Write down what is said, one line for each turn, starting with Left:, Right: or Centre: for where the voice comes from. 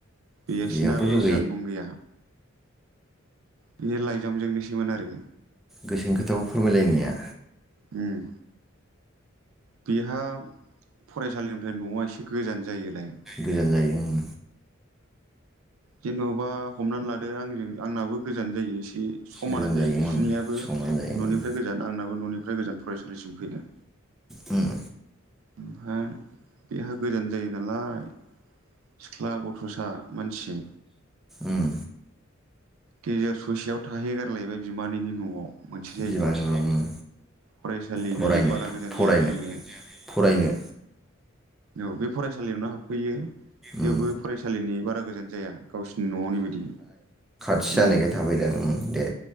Right: बेसिनाबो
Centre: बेयावबो ज'
Right: जानबुं गैया। बे लाइजामजोंसैमोन आरो
Centre: गोसोनि खोथाखौ फोरमायलायनाया।
Right: उम बेहा फरायसालिनिफ्राय नआ एसे गोजान जायोलाय।
Centre: गोजान जायो ओं
Right: जेनबा हमनानै लादो आंजों आंनाबो गोजान जायो एसे समानानो
Centre: गोजान
Right: जायो बिसिनियाबो
Centre: उम समान जायो
Right: ननिफ्राय
Centre: उम
Right: गोजान आंनाब बो न'निफ्राय गोजान फरायसालिसिम फैनो।
Centre: उम्म
Right: ओमफाय बेहा गोजान जायो नालाय सिख्ला गथसा मानसि
Centre: उम
Right: गेजेर स ससेयाव थाहैगारलायबाय बिम मानैनि न'आव मोनसे जायगायाव
Centre: बिमानि राव उम
Right: फरायसालिनि
Centre: फरायनो
Right: बारा गोजान
Centre: फरायनो
Right: जायालाय बेयो
Centre: फरायनो
Right: उम औ बे फरायसालियावनो हाबफैयो। थेवबो
Centre: उम
Right: फरायसालिनि बा बारा गोजान जाया गावसिनि न'आवनि बायदि
Centre: थि जानायखाय
Right: उम
Centre: थाफैदों उम दे